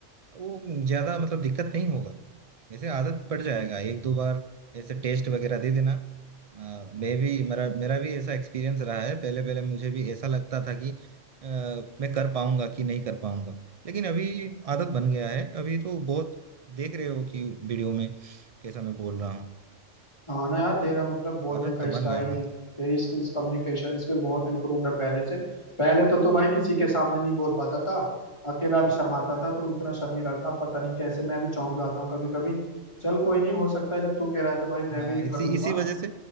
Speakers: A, on the right; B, on the left.
A: वो ज्यादा मतलब दिक्कत नहीं होगा वैसे आदत पड़ जाएगा एक दो बार ऐसे टेस्ट वगैरह दे देना आ, मैं भी मेरा मेरा भी ऐसा एक्सपीरियंस रहा है पहले पहले मुझे भी ऐसा लगता था कि आ, मैं कर पाऊंगा कि नहीं कर पाऊंगा लेकिन अभी आदत बन गया है अभी तो बहुत देख रहे हो कि वीडियो में कैसा मैं बोल रहा हूँ
B: हाँ ना यार तेरा मतलब बोलने
A: आदत
B: का
A: तो
B: स्टाइल
A: बन गया हाँ।
B: तेरी स्किल्स कम्युनिकेशन स्किल बहुत इम्प्रूव्ड है पहले से पहले तो तो भाई किसी के सामने नहीं बोल पाता था अकेला भी शर्माता था तो इतना शर्मीला था पता नहीं कैसे मैं भी चौंक जाता हूँ कभी कभी चल कोई नहीं हो सकता है जब तू कह रहा है तो भाई मैं
A: हाँ
B: भी
A: इसी
B: कर लूंगा
A: इसी वजह से